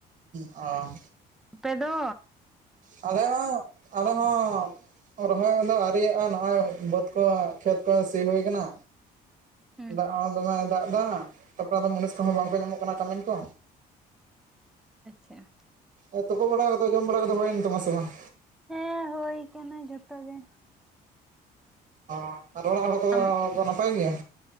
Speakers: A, on the right (about 50°); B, in the centre.
A: ᱚᱻ
B: ᱟᱯᱮᱫ ᱫᱚᱼᱼ
A: ᱟᱞᱮ ᱦᱚᱸ ᱟᱞᱮ ᱦᱚᱸᱼᱼ ᱨᱚᱦᱚᱭ ᱠᱚᱫᱚ ᱟᱹᱤᱭᱟᱜᱼᱟ ᱱᱚᱜ-ᱚᱭ ᱵᱟᱹᱫᱽ ᱠᱚ ᱠᱷᱮᱛ ᱠᱚ ᱥᱤ ᱦᱩᱭᱩ ᱠᱟᱱᱟ᱾
B: ᱦᱩᱸ
A: ᱫᱟᱜ ᱦᱚᱸ ᱫᱚᱢᱮ ᱫᱟᱜ ᱮᱫᱟ ᱛᱟᱯᱚᱨ ᱟᱫᱚ ᱢᱩᱱᱤᱥ ᱠᱚᱦᱚᱸ ᱵᱟᱝᱠᱚ ᱧᱟᱢᱚᱜ ᱠᱟᱱᱟ ᱠᱟᱹᱢᱤᱱ ᱠᱚᱼᱼ
B: ᱟᱪᱪᱷᱟ᱾
A: ᱟᱨ ᱛᱩᱯᱚ ᱵᱟᱲᱟ ᱠᱚᱫᱚ ᱡᱚᱢ ᱵᱟᱲᱟ ᱠᱚᱫᱚ ᱦᱩᱭᱭᱮᱱ ᱛᱟᱢᱟ ᱥᱮ ᱵᱟᱝ?
B: ᱦᱮᱸ ᱦᱳᱭ ᱠᱟᱱᱟ ᱡᱷᱚᱛᱚ ᱜᱮ᱾
A: ᱚ ᱟᱨ ᱚᱲᱟᱜ ᱦᱚᱲ ᱠᱚᱫᱚ
B: ᱟᱢ
A: ᱠᱚ ᱱᱟᱯᱟᱭ ᱜᱮᱭᱟ?